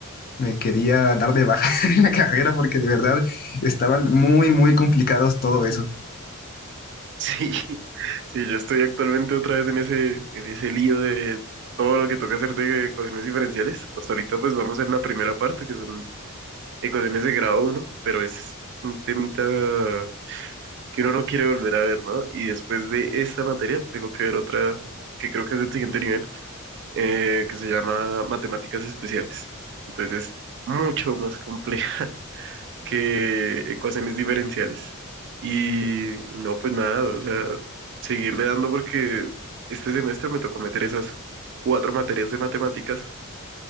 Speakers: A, on the left (about 40°); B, on the right (about 55°).
A: me quería dar de baja <laughs> en la carrera porque de verdad estaban muy, muy complicados todo eso.
B: Sí, <laughs> sí, yo estoy actualmente otra vez en ese, en ese lío de todo lo que toca hacer de ecuaciones diferenciales. Hasta ahorita pues vamos en la primera parte, que son ecuaciones de grado uno, pero es un temita que uno no quiere volver a ver, ¿no? Y después de esta materia tengo que ver otra que creo que es del siguiente nivel, eh, que se llama matemáticas especiales. Entonces es mucho más compleja <laughs> que ecuaciones diferenciales. Y, y no, pues nada, o sea, seguirle dando porque este semestre me tocó meter esas cuatro materias de matemáticas